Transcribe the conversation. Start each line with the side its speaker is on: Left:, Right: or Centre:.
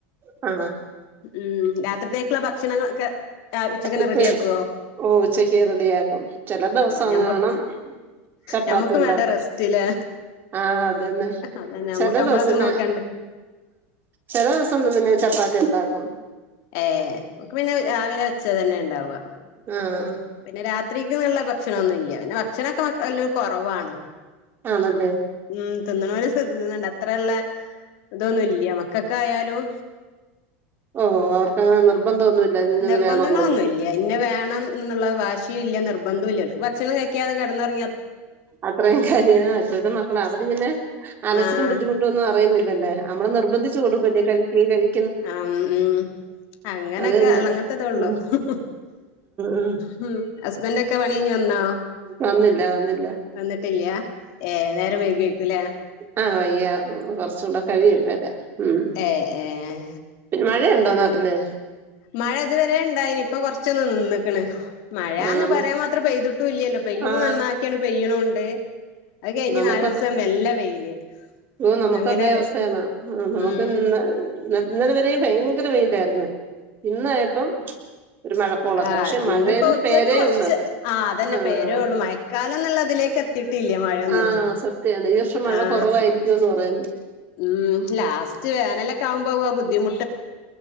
Right: ആ
Left: ഉം രാത്രിത്തേക്കുള്ള ഭക്ഷണങ്ങളൊക്കെ ഉച്ചക്കന്നെ
Right: ഉച്ച
Left: റെഡി ആക്കുവോ
Right: ഓ ഉച്ചക്കേ റെഡിയാക്കും ചില ദിവസെങ്ങാണും
Left: ആ ഞമ്മക്ക്
Right: ചപ്പാത്തി
Left: ഞമ്മക്കും
Right: ഉണ്ടാക്കും
Left: വേണ്ട റെസ്റ്റ്ല്ലേ
Right: ആ അതന്നെ
Left: അതന്നെ നമ്മുക്ക്
Right: ചില
Left: നമ്മളത്
Right: ദിവസന
Left: നോക്കണ്ട
Right: ചില ദിവസംന്നെ ചപ്പാത്തി ഉണ്ടാക്കും
Left: ഏ നക്ക് പിന്നെ രാവിലെ പച്ച തന്നെ ഉണ്ടാവുക
Right: ആഹ്
Left: പിന്നെ രാത്രി ഭക്ഷണ ഒന്നുംല്ല പിന്നെ ഭക്ഷണൊക്കെ വെക്കല് കുറവാണ്
Right: ആണല്ലേ
Left: ഉം തിന്നണത് ഒരു ഇത് തിന്നണ്ട അത്രയള്ള ഇതൊന്നുമില്ല മക്കക്കായാലും
Right: ഓ അവർക്കങ്ങനെ
Left: ഉം
Right: നിർബന്ധമൊന്നുമില്ല ഇന്നത്
Left: നിർബന്ധങ്ങളൊന്നുംല്ല
Right: വേണോന്നൊന്നും
Left: ഇന്നെ വേണം എന്നുള്ള വാ വാശിയില്ല നിർബന്ധമില്ല അവർക്ക് ഭക്ഷണം കഴിക്കാതെ കിടന്നിറ
Right: അത്രയും കാര്യഅവിത് മക്കള അവരിങ്ങനെ അലച്ചരം
Left: ആഹ്
Right: ബുദ്ധിമുട്ടും ഒന്നും അറിയുന്നില്ലല്ലേ നമ്മള് നിർബന്ധിച്ച് കൊടുക്കില്ലേ കഴിക്ക് കഴിക്ക്
Left: ആ ഉം ഉം അങ്ങനൊക്കെ
Right: അത് തന്നെ
Left: അങ്ങനത്തതെ ഉള്ളു
Right: ഉം
Left: ഹ
Right: ഉം
Left: ഹ ഹസ്ബൻഡു ഒക്കെ പണി കഴിഞ്ഞു വന്നാ
Right: വന്നില്ല വന്നില്ല
Left: വന്നിട്ടില്ല ഏഴര വൈകിഴിക്കൂലേ
Right: ആഹ് വയ്യ ഉം കുറച്ച് കൂടെ കഴിയില്ലല്ലേ ഉം
Left: ഏഹ് ഏഹ്
Right: പിന്നെ മഴ നന്നാട്ടില്
Left: മഴ ഇതുവരെ ഉണ്ടായിനി ഇപ്പൊ കൊറച്ചൊന്ന് നിന്ന് മഴന്ന്
Right: ആ നമ്മ
Left: പറയാൻ മാത്രം പെയ്തിട്ടും ഇല്ലല്ലോ പെയ്യുമ്പ
Right: ആ
Left: നന്നാക്കിയാണ് പെയ്യണുണ്ട് അത് കഴിഞ്ഞ്
Right: നമുക്ക്
Left: നാലൂ സം നല്ല വെയില്
Right: ഓ നമുക്ക്
Left: അങ്ങനെ
Right: അതേ അവസ്ഥയാണ് ആഹ് നമുക്ക്
Left: ഉം
Right: ഇന്ന് <unintelligible> ഇന്നലെ വരയും ഭയങ്കെര വെയിലായി ര്ന്നു ഇന്നായപ്പം ഒരു മഴക്കോളൊക്കെ
Left: ആഹ്
Right: പക്ഷെ മഴയെന്ന്
Left: ഇന്നപ്പോ ഉച്ചക്ക്
Right: പേരേ
Left: കൊറച്ച്
Right: ഉള്ളു
Left: ആ അതന്നെ
Right: ആ
Left: പേരേള്ളു മഴക്കാലം എന്നുള്ളതിലേക്ക് എത്തിട്ടില്ല മഴയൊന്നും
Right: ആഹ് സത്യാണ് ഈ വർഷം മഴ
Left: ആഹ്
Right: <unintelligible>
Left: ഉം ലാസ്റ്റ് വേനലൊക്കെ ആവുമ്പോവാ ബുദ്ധിമു